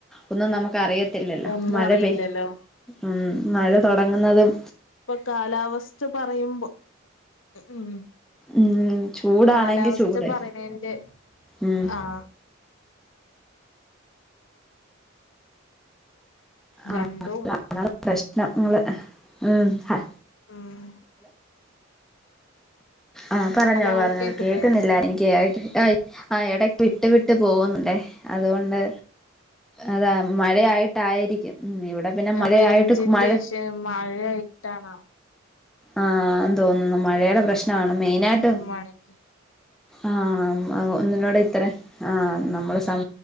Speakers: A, in the centre; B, on the left (about 75°).
A: ഒന്നും നമുക്ക് അറിയത്തില്ലല്ലോ
B: ഒന്നും
A: മഴ
B: അറിയില്ലല്ലോ
A: പെയ് ഉം മഴ തൊടങ്ങുന്നതും
B: ഇപ്പൊ കാലാവസ്ഥ പറയുമ്പൊ ഉം ഉം
A: ഉം ചൂടാണെങ്കിൽ
B: കാലാവസ്ഥ
A: ചൂടെ
B: പറയണേന്റെ
A: ഉം
B: ആഹ് രണ്ടും
A: ആഹ് <unintelligible> പ്രശ്ണം ങ്ങള് ഉം ഹ
B: ഉം
A: ആഹ് പറഞ്ഞോളു
B: ഹലോ
A: പറഞ്ഞോളു
B: കേക്കില്ലേ
A: കേക്കുന്നില്ല എനിക്ക് <unintelligible> ആഹ് എട വിട്ട് വിട്ട് പോകുന്നുണ്ടേ അതുകൊണ്ട്. അതാ മഴയായിട്ടായിരിക്കും. ഉം ഇവിടെ പിന്നെ മഴയായിട്ട്
B: റെഞ്ചിന്റെ
A: മഴ
B: ഷം മഴയായിട്ടാണോ?
A: ആഹ് തോന്നുന്നു മഴയുടെ പ്രശ്നമാണ് മെയിനായിട്ട്
B: പണിക്ക്
A: ആഹ് ഒന്നിനോട് ഇത്രെ ആഹ് നമ്മള് സം